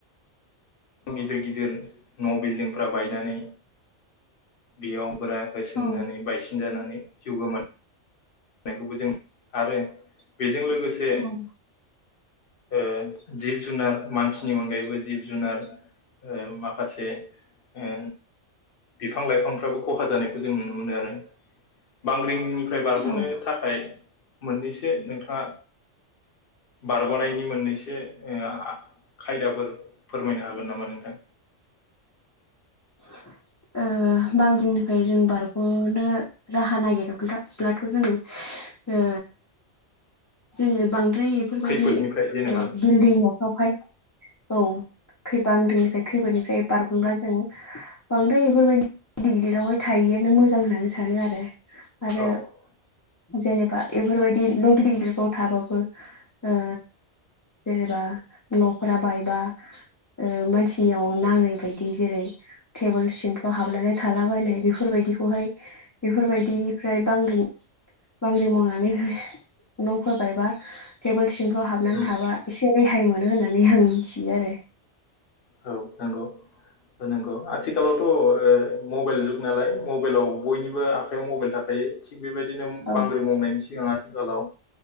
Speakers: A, on the left; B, on the left.
A: गिदिर गिदिर न' बिल्दिंफ्रा बायनानै बेयाव होसिननानै
B: औ
A: बायसिन जानानै जिउ गोमा नायखौबो जों नुनो आरो बेजों लोगोसे
B: औ
A: ओ जिब जुनार मानसिनि अनगायैबो जिब जुनार ओ माखासे ओ बिफां लाइफांफ्राबो खहा जानायखौ जों नुनो मोनो आरो बांग्रिं निफ्राय बारग'नो
B: औ
A: थाखाय मोननैसो नोंथाङा बारग'नाय मोननैसो ओ आ खायदाफोर फोरमायनो हागोन नामा नोंथां?
B: <inaudible> ओ बांग्रिंनिफ्राय जों बारग'नो राहा नागिरब्लाथ' जोङो ओ जोङो बांद्राय बेफोरबायदि
A: खैफोदनिफ्राय जेनेबा
B: ओ बिल्डिंआव बेवहाय औ खै बांग्रिंनिफ्राय खैफोदनिफ्राय बारगनोब्ला जों बांद्राय बेफोरबायदि गिदिर गिदिरावहाय थायैआनो मोजां होननानै सानो आरो। आरो
A: औ
B: जेनेबा बेफोरबायदि न' गिदिर गिदिरफ्राव थाबाबो ओ जेनेबा न'फोरा बायबा ओ मानसिनियाव नाङै बायदि जेरै टेबोल सिंफ्राव हाबनानै थालाबायनाय बेफोरबायदिखौहाय बेफोरबायदिनिफ्राय बांग्रि बांग्रि मावनानै न'फोर बायबा टेबोल सिंफ्राव हाबनानै
A: उम
B: थाबा एसे रे हाय मोनो होननानै आं मिथियो आरो।
A: औ नंगौ। नोंगौ आथिखालावथ' ओ मबाइल जुग नालाय मबाइलाव बयनिबो आखाइयाव मबाइल थाखायो थिग बेबायदिनो
B: औ
A: बांग्रि मावनायनि सिगां आरो आथिखालाव ओ